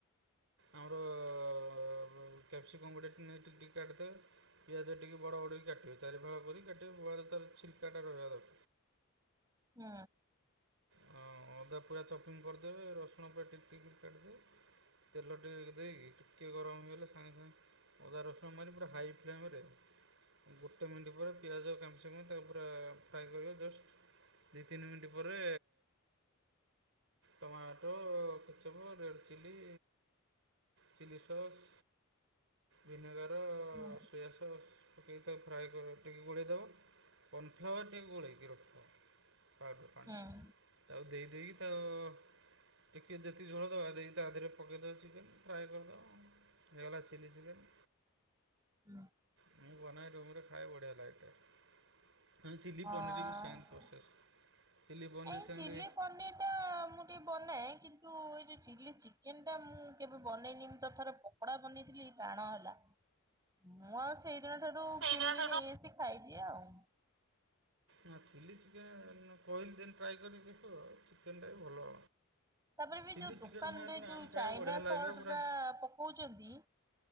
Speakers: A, on the right; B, on the right.
A: ଆମର ଆଉ କ୍ୟାପସିକମ୍ ଗୋଟେ ଟିନା ନେଇ ଟିକ୍ ଟିକ୍ କରିଦେବେ ପିଆଜ ଟିକେ ବଡ଼ ବଡ଼ କି କାଟିବେ ଚାରିଫାଳ ରି କାଟିବା ତ ଛିଲ୍କା ଟା ରହିବା ଦର୍
B: ହୁଁ।
A: ହଁ ଅଦା ପୁରା ଚପିଙ୍ଗ୍ କରିଦେବେ ରସୁଣ ପୁରା ଟିକ୍ ଟିକ୍ କାଟିିଦେବେ। ତେଲ ଟିକେ ଦେଇକି ଟିକେ ଗରମ ହେଇଗଲେ ସାଙ୍ଗେ ସାଙ୍ଗେ ଅଦା ରସୁଣ ମାରି ପୁରା ହାଇ ଫ୍ଲେମ୍ ରେ ଗୋଟେ ମିନିଟ୍ ପରେ ପିଆଜ କାମିଶମ ତା ପୁରା ଫ୍ରାଏ କରିବା ଜଷ୍ଟ୍ ଦି ତିନି ମିନ୍ଟି ପରେ tomato ketchup red chilli chilli sauce vinegar
B: ହୁଁ
A: ସୁୟା ସସ୍ ପକେଇ ତା ଫ୍ରାଏ ଟ ଗୋଳେଇ ଦବ କନ୍ ଫ୍ଲାଅର ଟିକ ଗୋଳକି ରଖ ପାଉଡ଼ର ପାଣି
B: ହୁଁ ହୁଁ
A: ଆଉ ଦେଇ ଦେଇକି ତାକୁ ଚିକେନ୍ ଯେତିି ଝୋଳ ଦେବା ଦେଇ ତା ଦେହରେ ପକେଇଦବା ଚିକେନ୍ ଫ୍ରାଏ କରିଦବ ଆଉ। ହେଇଗଲା ଚିଲି ଚିକେନ୍
B: ହୁଁ।
A: ମୁଁ ବନାଏ ରୁମରେ ଖାଏ ବଢିଆ ଲାଗେ ଟେଷ୍ଟ୍। ଚିଲି
B: ହଁ।
A: ପନିରି ବି ସେମ୍ ପ୍ରୋସେସ୍। ଚିଲ୍ଲି ପନିର
B: ଏଇ
A: ସେମିତି
B: ଚିଲି ପନିର୍ ବନାଏ କିନ୍ତୁ ଏ ଯୋଉ ଚିଲି ଚିକେନ ଟା ମୁଁ କେବେ ବନେଇନି ମୁ ତ ଥରେ ପ କଡା ବନେଇଥିଲି ଟାଣ ହେଲା ମୁଁ ଆଉ ସେଇଦିନ ଠାରୁ
A: ସେଇଦିନ
B: କିଣିକିି
A: ଠାରୁ
B: ନେଇଆସି ଖାଇଦିଏ ଆଉ।
A: ନା ଚିଲ୍ଲି ଚିକେନ୍ କହିଲି ଦିନ ଟ୍ରାଏ କରିକି ଦେଖିବ ଆଉ ଚିକେନ୍ ଟା ବି ଭଲ
B: ତାପରେ ବି
A: ଚିଲ୍ଲି
B: ଯୋଉ ଦୋକାନ୍
A: ଚିକେନ୍ ସାଙ୍ଗରେ
B: ରେ
A: ନାନ୍
B: ଯୋଉ
A: ଖାଇବ
B: ଚାଇନା
A: ବଢ଼ିଆ ଲାଗିବ
B: ସଲ୍ଟ୍
A: ପୁରା
B: ଟା ପକୋଉଚନ୍ତି